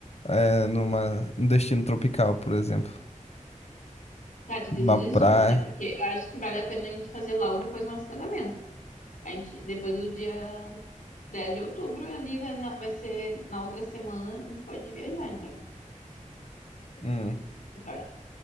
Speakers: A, on the left; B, on the left.
A: é, numa, num destino tropical, por exemplo,
B: Tá, te diz
A: numa
B: o
A: praia?
B: destino, né? Porque eu acho que vale a pena a gente fazer logo depois do nosso casamento. A gente, depois do dia 10 de outubro, ali vai, na- vai ser na outra semana, a gente pode viajar já.
A: Hum,
B: eu acho.